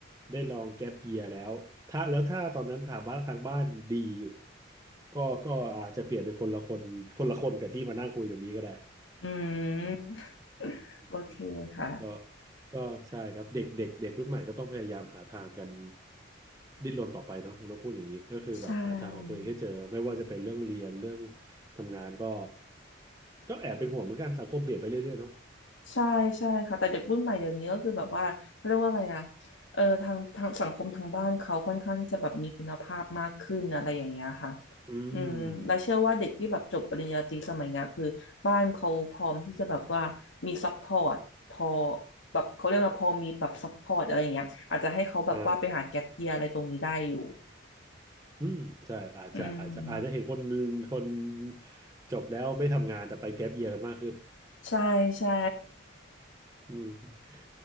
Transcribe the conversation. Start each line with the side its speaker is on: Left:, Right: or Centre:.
Right: ได้ลองแก๊ปเยียแล้วถ้าแล้วถ้าตอนนั้นถามบ้านทางบ้านดีอยู่ก็ก็อาจจะเปลี่ยนเป็นคนละคนคนละคนกับที่มานั่งคุยตรงนี้ก็ได้
Left: อืม
Right: <laughs>
Left: โอเคค่ะ
Right: ก็ก็ใช่ครับเด็กเด็กเด็กรุ่นใหม่ก็ต้องพยายามหาทางกันดิ้นรนต่อไปเนาะผมต้องพูดอย่างนี้ก็คือแบบหาทางของตัวเองให้เจอไม่ว่าจะเป็นเรื่องเรียนเรื่อง
Left: ใช่
Right: ทำงานก็ก็แอบเป็นห่วงเหมือนกันสังคมเปลี่ยนไปเรื่อยๆเนาะ
Left: ใช่ใช่ค่ะแต่เด็กรุ่นใหม่เดี๋ยวนี้ก็คือแบบว่า เขาเรียกว่าอะไรอ่ะเออทางทางสังคมทางบ้านเขาค่อนข้างที่จะแบบมีคุณภาพมากขึ้นอะไรอย่างเงี้ยค่ะ
Right: อืม
Left: อืมและเชื่อว่าเด็กที่แบบจบปริญญาตรีสมัยเนี้ยคือบ้านเขาพร้อมที่จะแบบว่ามีซัพพอร์ตพอแบบเขาเรียกว่าพอมีแบบซัพพอร์ตอะไรอย่างเงี้ยอาจจะให้เขาแบบว่าไปหาแก็ปเยียอะไรตรงนี้ได้อยู่
Right: อ่าอืมใช่อาจจะอาจจะอาจจะเห็นคน
Left: อืม
Right: คนจบแล้วไม่ทำงานแต่ไปแก๊ปเยียร์กันมากขึ้น
Left: ใช่ใช่
Right: อืม